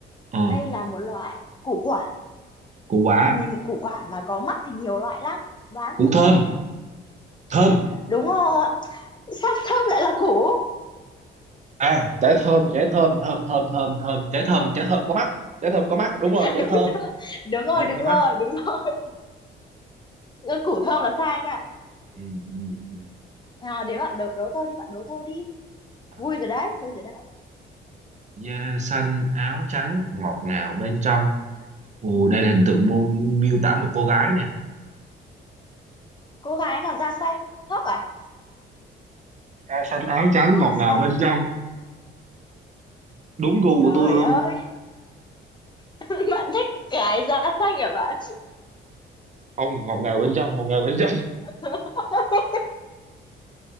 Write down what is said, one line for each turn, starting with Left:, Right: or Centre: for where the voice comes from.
Right: ờ
Left: Và đây là một loại củ quả
Right: củ quả
Left: mà mình củ quả mà có mắt thì nhiều loại lắm đoán
Right: củ
Left: thử
Right: thơm
Left: xem nào
Right: thơm
Left: đúng rồi sao thơm lại là củ
Right: à trái thơm trái thơm thơm thơm thơm thơm trái thơm trái thơm có mắt trái thơm có mắt đúng
Left: <laughs>
Right: rồi trái
Left: đúng
Right: thơm
Left: đúng rồi
Right: thơm
Left: đúng
Right: có mắt
Left: rồi đúng rồi củ thơm là sai nha
Right: ừ, ừ, ừ.
Left: nào đến bạn đấu, đấu tôi đi bạn đấu tôi đi
Right: À,
Left: vui rồi đấy vui rồi đấy
Right: da xanh áo trắng ngọt ngào bên trong ồ đây là hình tượng mô miêu tả một cô gái nè
Left: cô gái nào da xanh thóc à
Right: da xanh áo trắng
Left: da
Right: ngọt ngào
Left: xanh
Right: bên trong đúng gu
Left: trời
Right: của tôi luôn
Left: ơi <laughs> bạn thích cái da xanh hả bạn
Right: không ngọt ngào bên trong ngọt ngào bên trong
Left: <laughs>